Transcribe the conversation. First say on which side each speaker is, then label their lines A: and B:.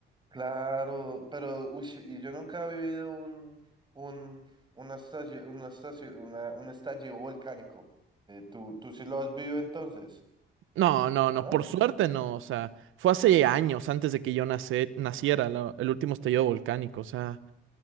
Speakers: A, on the right (about 20°); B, on the right (about 85°).
A: Claro, pero, uy, y yo nunca he vivido un, un, una estación, una estación, una, un estallido volcánico. Eh, tú, tú sí lo has vivido entonces,
B: No, no, no,
A: ¿no?
B: por suerte no, o sea, fue hace años antes de que yo nace- naciera la- el último estallido volcánico, o sea,